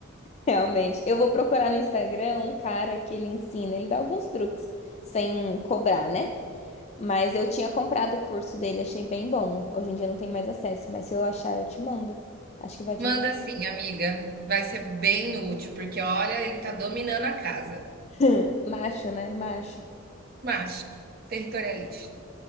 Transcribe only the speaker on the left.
Realmente. Eu vou procurar no Instagram um cara que ele ensina, ele dá alguns truques sem cobrar, né? Mas eu tinha comprado o curso dele, achei bem bom. Hoje em dia não tem mais acesso, mas se eu achar, eu te mando. Acho que vai te
ajudar.
<laughs> Macho, né? Macho.